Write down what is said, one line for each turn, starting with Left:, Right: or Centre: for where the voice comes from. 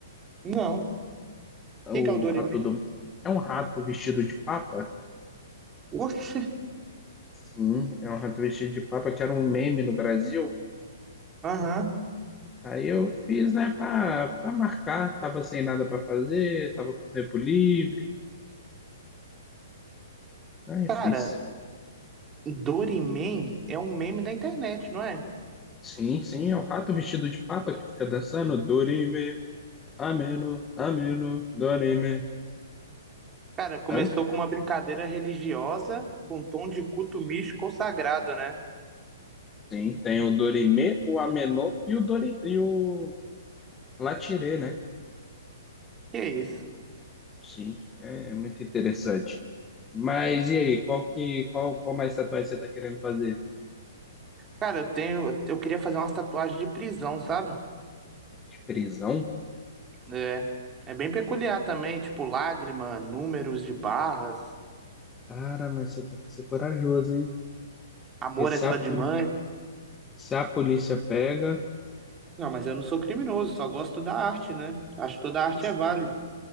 Right: Não.
Left: O
Right: Quem que é o Dorimê?
Left: rato do. É um rato vestido de papa?
Right: Oxe,
Left: Sim, é um rato vestido de papa que era um meme no Brasil.
Right: Aham.
Left: Aí eu fiz, né, pra, pra marcar. Tava sem nada pra fazer, tava com tempo livre. Aí
Right: Cara,
Left: fiz.
Right: Dorimê é um meme da internet, não é?
Left: Sim, sim, é o rato vestido de papa que fica dançando Dorime, Ameno, Ameno, Dorime.
Right: Cara, começou
Left: Sabe?
Right: com uma brincadeira religiosa com um tom de culto místico ou sagrado, né?
Left: Sim, tem o Dorime, o Ameno e o Dorime, e o Latirê, né?
Right: Que é isso.
Left: Sim, é, é muito interessante. Mas e aí, qual que, qual, qual mais tatuagem você tá querendo fazer?
Right: Cara, eu tenho, eu queria fazer umas tatuagens de prisão, sabe?
Left: De prisão?
Right: É, é bem peculiar também, tipo lágrima, números de barras,
Left: Cara, mas você tem que ser corajoso, hein?
Right: amor
Left: Porque se
Right: é só
Left: a,
Right: de
Left: poli-
Right: mãe.
Left: se a polícia pega,
Right: Não, mas eu não sou criminoso, só gosto da arte, né? Acho que toda arte
Left: mas,
Right: é válida.